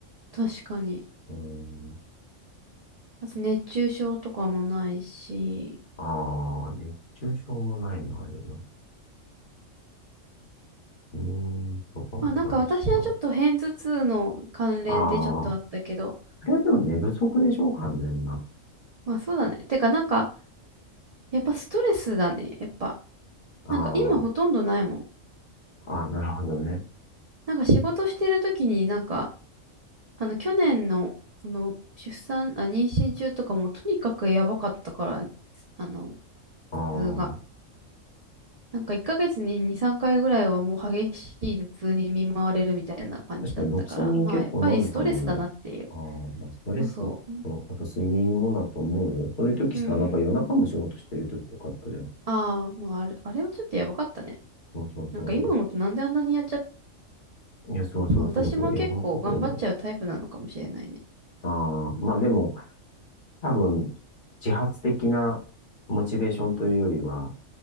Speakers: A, on the right; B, on the left.
A: 確かに。
B: うーん。
A: あと熱中症とかもないし。
B: ああ、熱中症もないな、今。入院とかもないしな。
A: まあなんか私はちょっと片頭痛の関連でちょっとあったけど。
B: ああ、あれはでも寝不足でしょ、完全な。
A: まあそうだね。てかなんか、やっぱストレスだね。やっぱ。
B: あ
A: なんか今ほとんどないもん。
B: あ、ああ、なるほどね。
A: なんか仕事してる時になんか、あの去年の、その出産、あ、妊娠中とかもとにかくやばかったから、あの、
B: ああ、
A: 頭痛が。なんか1ヶ月に2、3回ぐらいはもう激しい頭痛に見舞われるみたいな感じだったから、
B: 確かにロキソニン結構飲んでたもんね。
A: まあやっぱりストレスだなっていう。
B: ああ、まあ、ストレスと、
A: そうそう。
B: あと睡眠もだと思うよ。そういう時さ、
A: うんうん。
B: なんか夜中も仕事してる時とかあったじゃん。
A: ああ、まああれ、あれはちょっとやばかったね。
B: そうそうそう。
A: なんか今思うとなんであんなにやっちゃっ
B: だからさ、いや、そうそうそうそう。
A: まあ、私も結構頑張っちゃうタイプなのかもしれないね。
B: いや、本当そうだよ。ああ、まあでも、多分、自発的なモチベーションというよりは、